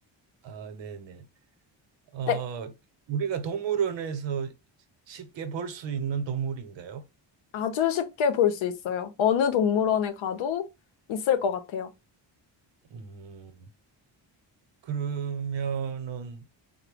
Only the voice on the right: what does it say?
아, 네, 네. 어,
우리가 동물원에서 쉽게 볼 수 있는 동물인가요?
음, 그러면은